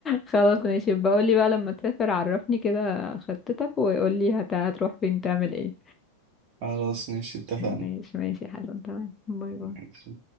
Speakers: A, on the left; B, on the right.
A: خلاص ماشي بقولي بقى لما تسافر عرفني كده خطتك وقولي هت- هتروح فين تعمل ايه
B: خلاص ماشي اتفقنا
A: ماشي ماشي يا حسن تمام باي باي
B: ماشي.